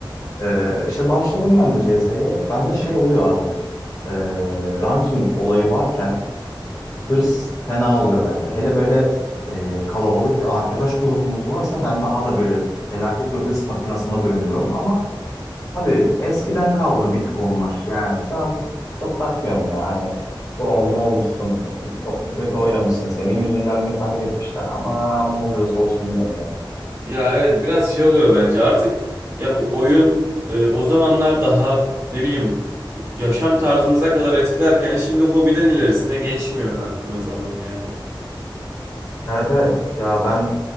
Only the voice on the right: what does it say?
Ya evet biraz şey oluyor bence artık ya bu oyun e, o zamanlar daha ne bileyim yaşam tarzımıza kadar etkilerken şimdi hobiden ilerisine geçmiyor baktığın zaman yani.